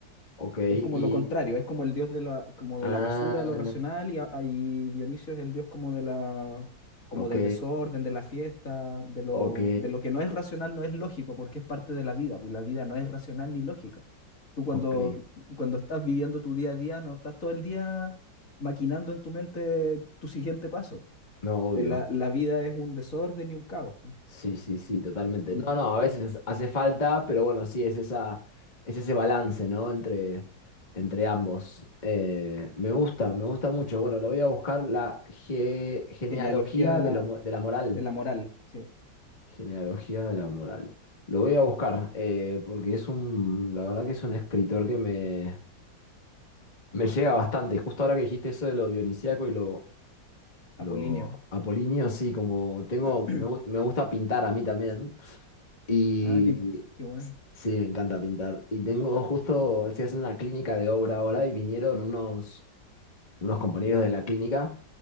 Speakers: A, on the left; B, on the left.
A: Ok,
B: es como
A: y...
B: lo contrario, es como el dios de la, como
A: Ah,
B: de la mesura, de lo racional, y, a- y Dionisio es el dios como de la, como
A: ok,
B: del desorden, de la fiesta, de lo,
A: ok,
B: de lo que no es racional, no es lógico, porque es parte de la vida, pues la vida no es racional ni lógica. Tú cuando,
A: ok.
B: cuando estás viviendo tu día a día, no estás todo el día maquinando en tu mente tu siguiente paso.
A: No, obvio.
B: Eh, La, la vida es un desorden y un caos.
A: Sí, sí, sí, totalmente.
B: Y
A: No, no, a veces hace falta, pero bueno, sí, es esa, es ese balance, ¿no? Entre, entre ambos. Eh, me gusta, me gusta mucho. Bueno, lo voy a buscar la ge- genealogía
B: genealogía de la,
A: de, lo mo- de la moral.
B: de la moral, sí,
A: Genealogía de la moral. Lo voy a buscar, eh, porque es un, la verdad que es un escritor que me, me llega bastante. Justo ahora que dijiste eso de lo dionisíaco y lo, lo
B: Apolinio.
A: apolíneo, sí, como tengo,
B: <clears throat>
A: me, gust- me gusta pintar a mí también. Y
B: Ah, qué, qué bueno.
A: s- sí, me encanta pintar. Y tengo justo, estoy haciendo una clínica de obra ahora y vinieron unos, unos compañeros de la clínica